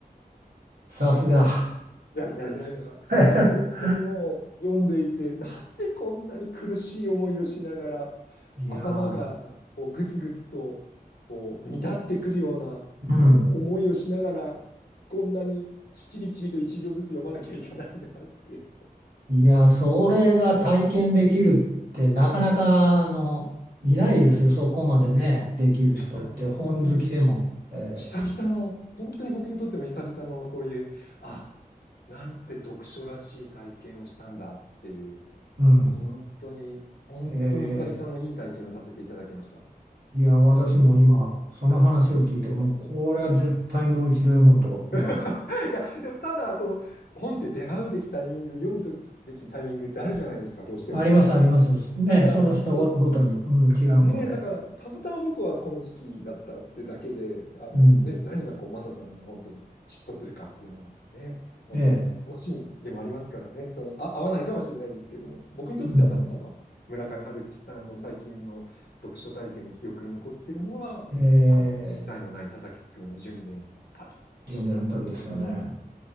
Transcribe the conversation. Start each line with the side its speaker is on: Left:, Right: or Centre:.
Right: <laughs> さすが。
Left: いやいやいやいや、
Right: <laughs>
Left: なので本当にもう読んでいて、なんでこんなに苦しい思いをしながら、
Right: いやー、
Left: 頭がこうグツグツとこう煮立ってくるようなあの思いをしながら、
Right: うん。
Left: こんなにちびちびと一行ずつ読まなきゃいけないんだっていう。
Right: いやー、それが体験できるってなかなかあのいないですよ、
Left: はい、い
Right: そこまでね、できる人って、
Left: やなので本当にひ
Right: 本好きでも。え
Left: 久々の、本当に僕にとっても久々のそういう、あ、なんて読書らしい体験をしたんだっていう。
Right: ーうん。
Left: 本当に、本当に久々のいい体験をさせていただきました。
Right: えーいや、私も今、その話を聞いて、
Left: はい。
Right: もうこれは絶対もう一度読もうと、
Left: はい。
Right: 今。
Left: <laughs> いや、でもただ、その、本って出会うべきタイミング、読むときべきタイミングってあるじゃないですか、どうしても。
Right: あります、あります。ね、
Left: だから、
Right: その人ご、
Left: そ
Right: ごとに、うん、違うので。
Left: ねえ、だから、たまたま僕はこの時期だったってだけで、あの、
Right: うん。
Left: ね、何がこう、マサさんに本当にヒットするかっていうのはね、本当に楽しみでもありますからね、
Right: ええ。
Left: その、あ、合わないかもしれないですけれども、僕にとってはたまたま村上春樹さんの最近の読書体験で記憶に残ってるのは、
Right: うん。ええ。
Left: あの、色彩のない田崎すくめの巡礼の旅でした。
Right: 巡礼の旅ですよね。